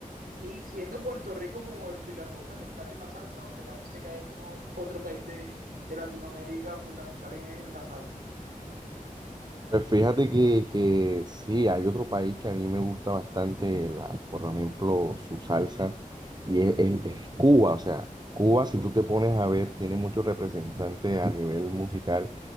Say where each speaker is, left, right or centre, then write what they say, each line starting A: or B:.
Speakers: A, on the right (about 85°); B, on the right (about 30°).
A: Y siendo Puerto Rico como el pilar fundamental de la salsa, ¿o te parece que hay algún otro país de, de Latinoamérica fundamental en, en, la salsa?
B: Pues fíjate que, que sí, hay otro país que a mí me gusta bastante, la, por ejemplo, su salsa, y es, es- es Cuba. O sea, Cuba, si tú te pones a ver, tiene muchos representantes a nivel musical